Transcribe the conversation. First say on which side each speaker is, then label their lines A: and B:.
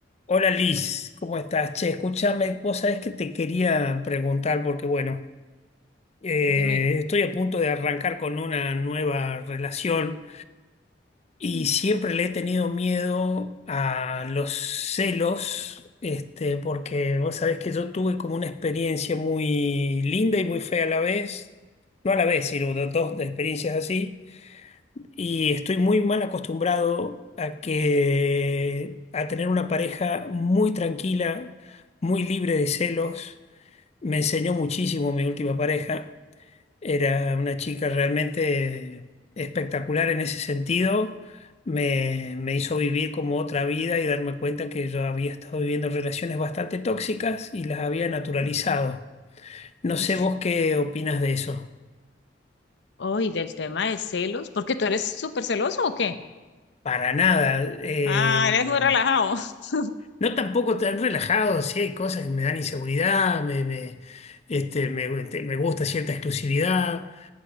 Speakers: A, on the left (about 35°); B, on the left (about 70°).
A: Hola Liz, ¿cómo estás? Che, escúchame, vos sabés que te quería preguntar porque, bueno, eh,
B: Dime.
A: estoy a punto de arrancar con una nueva relación y
B: Mm,
A: siempre le he tenido miedo a los celos, este, porque vos sabés que yo tuve como una experiencia muy linda y muy fea a la vez, no a la vez, sino dos dos experiencias así y estoy muy mal acostumbrado a que a tener una pareja muy tranquila, muy libre de celos. Me enseñó muchísimo mi última pareja. Era una chica realmente espectacular en ese sentido. Me, me hizo vivir como otra vida y darme cuenta que yo había estado viviendo relaciones bastante tóxicas y las había naturalizado.
B: ok,
A: No
B: uy.
A: sé vos qué opinas de eso.
B: Uy, del tema de celos, porque tú eres súper celoso o qué?
A: Para nada. eh,
B: Ah, eres muy relajado. <laughs>
A: No tampoco tan relajado, sí hay cosas que me dan inseguridad, me, me, este, me, te- me gusta cierta exclusividad,